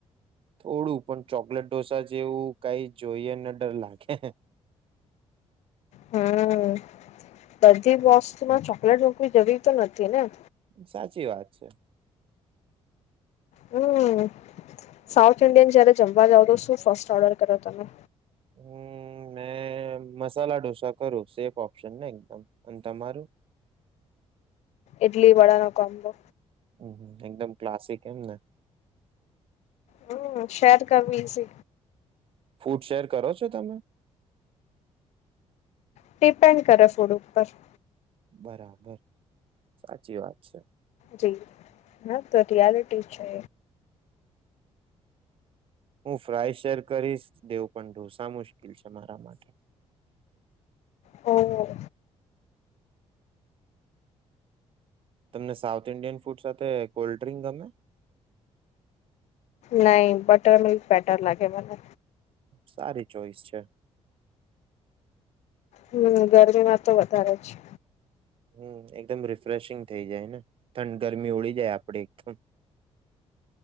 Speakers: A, on the right; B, on the left.
A: થોડું પણ ચોકલેટ ઢોસા જેવું કઈ જોઈએને ડર લાગે.
B: હમ બધી વસ્તુમાં ચોકલેટ મૂકવી જવી તો નથી ને.
A: સાચી વાત છે.
B: હમ સાઉથ ઇન્ડિયન જયારે જમવા જાવ તો શું ફર્સ્ટ ઓર્ડર કરો તમે.
A: હમ મે મસાલા ઢોસા કરું સેફ ઓપ્શન ને એકદમ અને તમારું.
B: ઇડલી વડા ન કામબો.
A: હમ એકદમ ક્લાસિક એમ ને.
B: હમ શહેર કરવી છે.
A: ફૂડ શેર કરો છો તમે.
B: ડિપેન્ડ કરે ફૂડ ઉપર.
A: બરાબર સાચી વાત છે.
B: જી ના તો રિયાલિટી છે.
A: હું ફ્રાય શેર કરીશ દેઉં પણ ઢોસા મુશ્કેલ છે મારા માટે.
B: ઓ.
A: તમને સાઉથ ઇન્ડિયન ફૂડ સાથે કોલ્ડ ડ્રિંક ગમે.
B: નાહી બટર મિલ્ક બેટર લાગે મને.
A: સારી ચોઈસ છે.
B: હમ ગરમીમાં તો વધારે જ
A: હમ એકદમ રિફ્રેશિંગ થઇ જાયને ઠંડ ગરમી ઓળી જાય આપડ એકદમ.